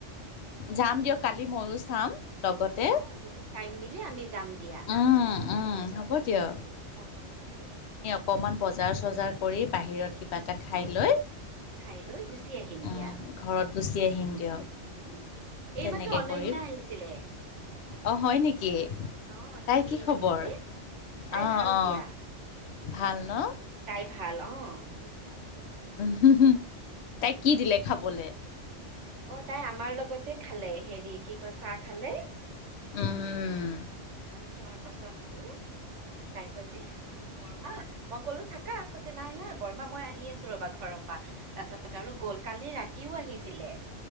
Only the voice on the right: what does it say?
অ যদি টাইম মিলে আমি যাম দিয়া
সময় ওলাই।
খাই লৈ গুচি আহিম
দিয়া
উম। এইমাত্ৰ
অনন্যা
আহিছিলে
অ' টিকলি
আহিছিলে তাই
ভাল
দিয়া।
তাই ভাল অহ খুব ভাল।
অ তাই আমাৰ লগতে খালে হেৰি কি কয় চাহ খালে।
চাহ খোৱাৰ পাছত আৰু অ তাই কৈছে অ বৰ্মা মই কলো থাকা। নাই নাই বৰ্মা মই আহি আছো ৰবা ঘৰৰ পৰা তাৰ পাছত আৰু গ'ল কালি ৰাতি। ৰাতিও আহিছিলে